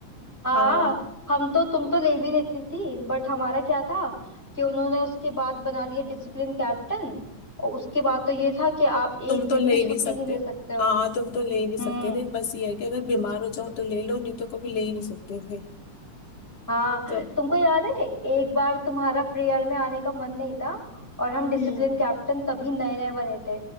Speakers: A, in the centre; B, on the left.
A: हाँ
B: हाँ
A: हम तो तुम तो ले भी लेती थी बट हमारा क्या था कि उन्होंने उसके बाद बना दिया डिसिप्लिन कैप्टन और उसके बाद तो ये था कि आप
B: तुम
A: एक
B: तो
A: दिन
B: ले
A: भी
B: ही
A: छुट्टी
B: नहीं सकते
A: नहीं ले सकते हो
B: हाँ तुम तो ले ही नहीं सकते
A: हम्म
B: थे बस ये है कि अगर बीमार हो जाओ तो ले लो नहीं तो कभी ले ही नहीं सकते थे
A: हाँ
B: तो
A: तुमको याद है एक बार तुम्हारा प्रेयर में आने का मन नहीं था और हम डिसिप्लिन
B: हम्म
A: कैप्टन तभी नए नए बने थे